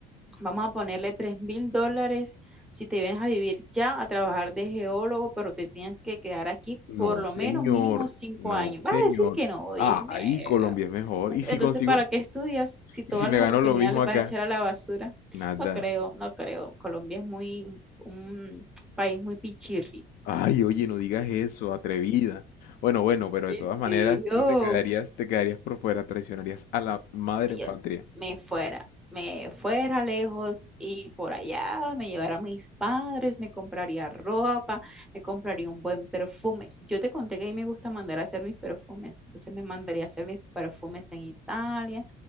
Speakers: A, in the centre; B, on the left (about 65°).
A: vamos a ponerle tres mil dólares si te vienes a vivir ya a trabajar de geólogo, pero te tienes que quedar aquí
B: no,
A: por lo
B: señor,
A: menos mínimo cinco
B: no,
A: años.
B: señor.
A: Vas a decir que no, oye,
B: Ah,
A: ent-
B: ahí Colombia es mejor. ¿Y si
A: entonces,
B: consigo?
A: ¿para qué estudias si todas
B: ¿Y si me
A: las
B: gano
A: oportunidades
B: lo mismo
A: les
B: acá?
A: vas a echar a la basura?
B: Nada.
A: No creo, no creo. Colombia es muy, un país muy pichirri.
B: Ay, oye, no digas eso, atrevida. Bueno, bueno, pero
A: ¿En
B: de todas
A: serio?
B: maneras, tú te quedarías, te quedarías por fuera, traicionarías a la madre
A: yo
B: patria.
A: sí, me fuera, me fuera lejos y por allá me llevara a mis padres, me compraría ropa, me compraría un buen perfume. Yo te conté que a mí me gusta mandar a hacer mis perfumes, entonces me mandaría a hacer mis perfumes en Italia